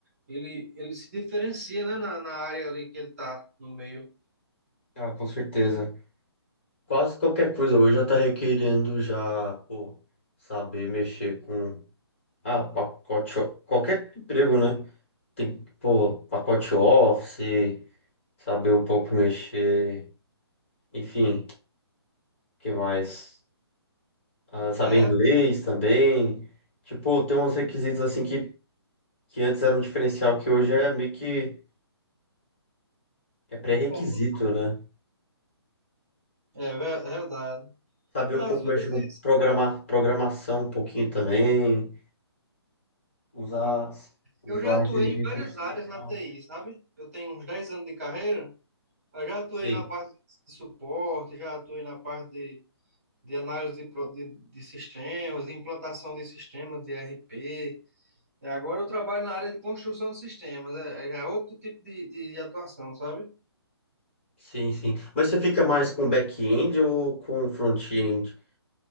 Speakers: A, on the right; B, on the left.
A: ele, ele se diferencia, né, na, na área ali que ele está no meio.
B: Ah, com certeza. Quase qualquer coisa hoje já está requerendo já, pô, saber mexer com ah, pacote, qualquer emprego, né? Tem pô, pacote Office, saber um pouco mexer, enfim. que mais? Ah, saber
A: É
B: inglês também. Tipo, tem uns requisitos assim que, que antes era um diferencial que hoje é meio que é pré-requisito,
A: comum,
B: né?
A: é ver- é verdade.
B: Saber
A: Não,
B: um pouco
A: Às vezes,
B: mexer com programar, programação um pouquinho também, usar, usar
A: eu já atuei
B: a inteligência
A: em várias
B: artificial.
A: áreas na TI, sabe? Eu tenho uns 10 anos de carreira, eu já atuei
B: Sim,
A: na parte de suporte, já atuei na parte de, de análise de, pro- de, de sistemas, de implantação de sistemas de ERP. E agora eu trabalho na área de construção de sistemas, é, é já é outro tipo de, de atuação, sabe?
B: sim, sim. Mas você fica mais com back-end ou com front-end?